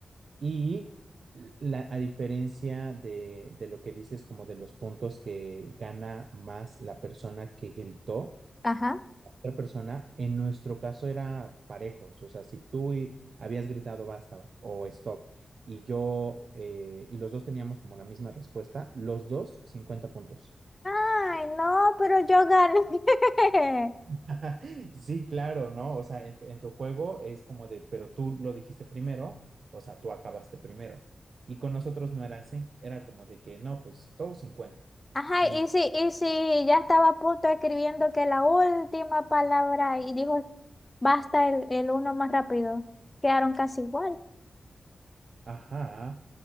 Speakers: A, on the right; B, on the left.
A: Y la, a diferencia de, de lo que dices, como de los puntos que gana más la persona que gritó,
B: ajá.
A: otra persona, en nuestro caso era parejos. O sea, si tú y- habías gritado basta o stop y yo eh, y los dos teníamos como la misma respuesta, los dos 50 puntos.
B: Ay, no, pero yo gané. <laughs>
A: <laughs> Sí, claro, ¿no? O sea, en tu, en tu juego es como de, pero tú lo dijiste primero, o sea, tú acabaste primero. Y con nosotros no era así, era como de que no, pues todos cincuenta.
B: Ajá,
A: Y,
B: y si, y si ya estaba a punto escribiendo que la última palabra y dijo, basta el, el uno más rápido. Quedaron casi igual.
A: ajá,